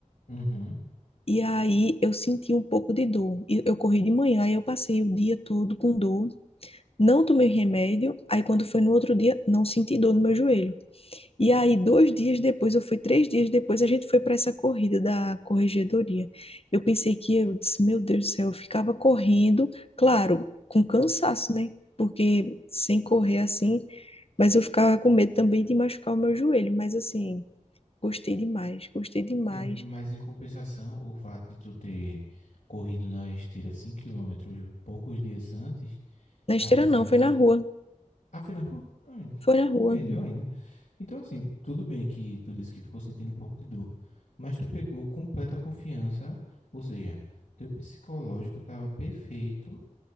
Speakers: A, on the left (about 75°); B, on the left (about 45°).
A: Uhum.
B: E aí eu senti um pouco de dor. E Eu corri de manhã e eu passei o dia todo com dor. Não tomei remédio. Aí quando foi no outro dia, não senti dor no meu joelho. E aí, dois dias depois, ou foi três dias depois, a gente foi para essa corrida da corregedoria. Eu pensei que eu disse, meu Deus do céu, eu ficava correndo, claro, com cansaço, né? Porque sem correr assim, mas eu ficava com medo também de machucar o meu joelho. Mas assim, gostei demais, gostei demais.
A: É, mas em compensação, o fato de tu ter corrido na esteira 5 quilômetros poucos dias antes,
B: Na
A: apesar
B: esteira não,
A: de
B: foi
A: que,
B: na rua,
A: afinal, <laughs> uh, hum,
B: foi na rua.
A: melhor ainda. Então, assim, tudo bem que tu disse que ficou sentindo um pouco de dor, mas tu pegou completa confiança, ou seja, teu psicológico estava perfeito